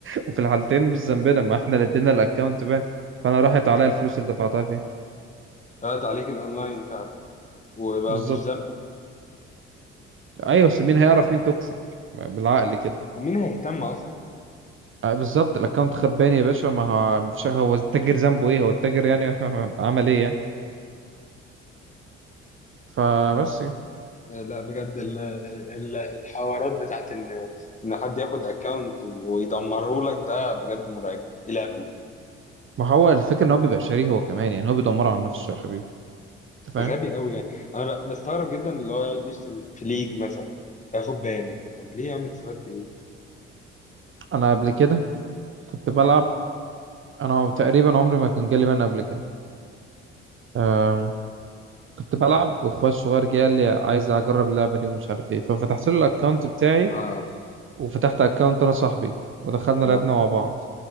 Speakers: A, on the right; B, on the left.
A: وفي الحالتين مش ذنبنا ما احنا اللي ادينا الاكونت بان فانا راحت عليا الفلوس اللي دفعتها فيها
B: قلت عليك الاونلاين فعلا وبقى
A: بالظبط
B: مفيش ذنب
A: ايوه بس مين هيعرف مين توكسيك بالعقل كده
B: ومين هيهتم اصلا
A: آه، بالظبط الاكونت خد بان يا باشا ما هو مش هو التاجر ذنبه ايه هو التاجر يعني <laughs> عمل ايه يعني فبس
B: آه، لا بجد ال- ال- الحوارات بتاعت ان ان حد ياخد اكونت ويدمره لك ده بجد مرعب ايه الهبل
A: ما هو الفكره ان هو بيبقى شاريه هو كمان يعني هو بيدمر على نفسه يا حبيبي انت فاهم
B: ده غبي قوي يعني انا ب- بستغرب جدا اللي هو يقعد يشتم في ليج مثلا ياخد بان طب ليه يا عم استفدت ايه
A: انا قبل كده كنت بلعب انا تقريبا عمري ما كان جالي بان قبل كده أم، كنت بلعب واخويا الصغير جه قال لي عايز اجرب اللعبه دي ومش عارف ايه ففتحت له الاكونت بتاعي
B: اه
A: وفتحت اكونت انا صاحبي ودخلنا
B: اه
A: لعبنا مع بعض